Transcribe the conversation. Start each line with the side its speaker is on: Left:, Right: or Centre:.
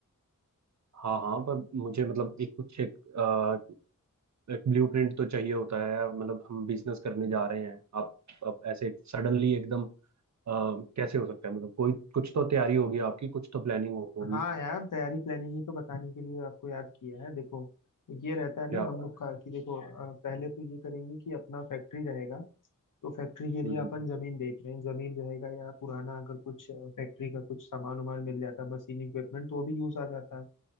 Right: हाँ हाँ पर मुझे मतलब एक कुछ एक, आ, एक ब्लूप्रिंट तो चाहिए होता है मतलब हम बिजनेस करने जा रहे हैं आप अब ऐसे सडनली एकदम आ, कैसे हो सकता है मतलब कोई कुछ तो तैयारी होगी आपकी कुछ तो प्लानिंग होगी
Left: हाँ यार तैयारी प्लानिंग ही तो बताने के लिए आपको याद किया है देखो ये रहता है
Right: क्या
Left: ना
Right: बात
Left: हम लोग
Right: है
Left: का कि देखो अ, पहले तो ये करेंगे कि अपना फैक्ट्री रहेगा तो फैक्ट्री के लिए
Right: हम्म
Left: अपन जमीन देख रहे हैं जमीन रहेगा या पुराना अगर कुछ फैक्ट्री का कुछ सामान वामान मिल जाता मशीन इक्विपमेंट तो वो भी यूज आ जाता है